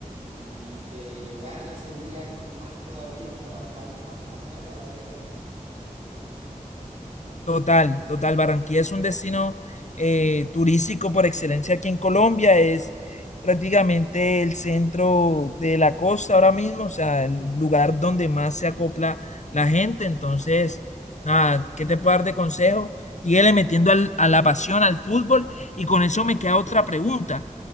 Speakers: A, on the right (about 55°); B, on the left (about 60°).
A: y que gane ese día más todavía, o sea, vale más la pena la ida.
B: Total, total. Barranquilla es un destino eh, turístico por excelencia aquí en Colombia. Es prácticamente el centro de la costa ahora mismo, o sea, el lugar donde más se acopla la gente. Entonces, nada, ¿qué te puedo dar de consejo? Síguele metiendo al- a la pasión al fútbol y con eso me queda otra pregunta.